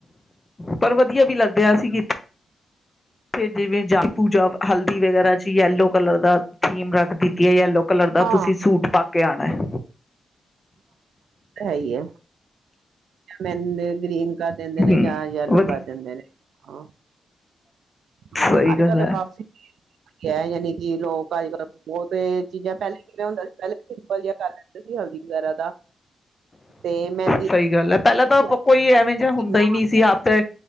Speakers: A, on the left (about 20°); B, on the right (about 80°).
A: ਪਰ ਵਧੀਆ ਵੀ ਲੱਗਦੇਿਆ ਅ ਸੀਂ ਤੇ ਜਿਵੇਂ ਜਾਪੂ ਜਾਂ ਹਲਦੀ ਵਗੈਰਾ ਚ ਯੈਲੋ ਕਲਰ ਦਾ ਥੀਮ ਰੱਖ ਦਿੱਤੀ ਹੈ ਯੈਲੋ ਕਲਰ ਦਾ
B: ਹਾਂ
A: ਤੁਸੀਂ ਸੂਟ ਪਾ ਕੇਆਉਣਾ ਹੈ
B: ਹੈ ਹੀ ਹੈ ਮੈਨੇ ਗ੍ਰੀਨ ਗਾ ਦਿੰਦੇ
A: ਹਮ
B: ਨੇ ਜਾਂ ਜ ਯੈੱਲੋ
A: ਵਧੀਆ
B: ਦਿੰਦੇ ਨੇ ਹਾਂ ਹਾਂ
A: ਸਹੀ
B: ਅੱਜ
A: ਗੱਲ
B: ਕੱਲ ਤਾਂ
A: ਹੈ
B: ਕਾਫੀ ਹੈ ਯਾਨੀ ਕਿ ਲੋਕ ਅੱਜ ਕੱਲ ਬਹੁਤ ਇਹ ਚੀਜ਼ਾਂ ਪਹਿਲੇ ਕਿਵੇਂ ਹੁੰਦਾ ਸੀ ਪਹਿਲੇ ਸਿੰਪਲ ਜਿਹਾ ਗੱਲ ਹਲਦੀ ਵੇਗੇਰਾ ਦਾ ਤੇ ਮਹਿੰਦੀ
A: ਸਹੀ ਗੱਲ ਹੈ ਪਹਿਲਾਂ ਤਾਂ
B: ਦਾ
A: ਕੋਈ ਐਵੇਂ
B: ਕਿੰਨਾ
A: ਜਿਹਾ ਹੁੰਦਾ ਹੀ ਨਹੀਂ ਸੀ ਆਪਦਾ